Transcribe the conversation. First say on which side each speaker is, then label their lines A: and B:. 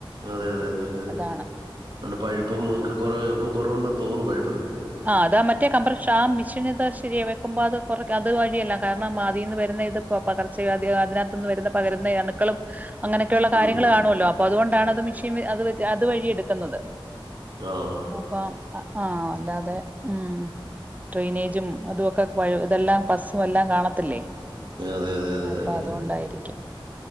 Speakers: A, on the right (about 55°); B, on the right (about 15°).
A: അതെ അതെ അതെ
B: അതാണ്
A: അന്ന് പഴുപ്പും ഒക്കേ കുറെ ഇപ്പ കുറവുണ്ടെന്ന് തോന്നുന്നു പഴുപ്പ് അ
B: ആഹ് അതാ മറ്റേ കമ്പർഷ ആ മിഷീൻ ഇത് ശരിയ വെക്കുമ്പോ അത് കൊറ അത് വഴിയല്ല കാരണം അതീന്ന് വരുന്ന ഇതിപ്പോ പകർച്ച അതിനകത്തുന്ന് വരുന്ന പകരുന്ന അണുക്കളും അങ്ങനെയൊക്കെയുള്ള കാര്യങ്ങൾ
A: ഉം
B: കാണുമല്ലോ അപ്പ അതുകൊണ്ടാണ് അത് മിഷൻ അ അതുവരി എടുക്കുന്നത്
A: ആ
B: അപ്പൊ ആ ആഹ് അതെ വ് ട്രെയിനേജും അതൊക്കെ ഇതെല്ലാം ബസ്സും എല്ലാം കാണത്തില്ലേ
A: അതെ അതെ അതെ
B: അപ്പൊ
A: അതെ
B: അതുകൊണ്ടായിരിക്കും